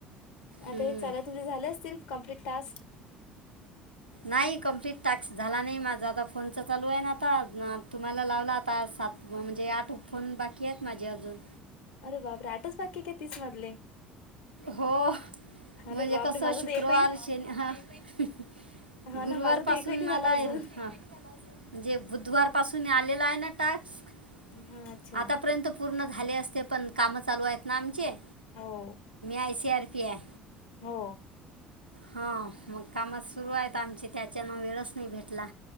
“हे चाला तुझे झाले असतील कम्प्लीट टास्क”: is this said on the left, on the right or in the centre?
Left